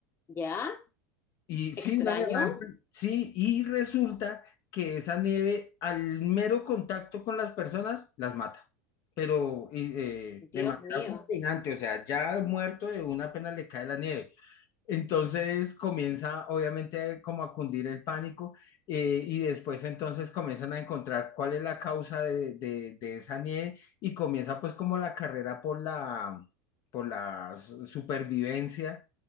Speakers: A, on the left; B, on the left.
A: ¿Ya?
B: Y sí,
A: ¿Extraño?
B: una nevada, en pl- sí, y resulta que esa nieve al mero contacto con las personas las mata, pero y, eh,
A: Dios
B: de manera
A: mío.
B: fulminante, o sea, ya muerto de una pena le cae la nieve. Entonces comienza obviamente como a cundir el pánico eh, y después entonces comienzan a encontrar cuál es la causa de, de- de esa nieve y comienza pues como la carrera por la, por la su- supervivencia,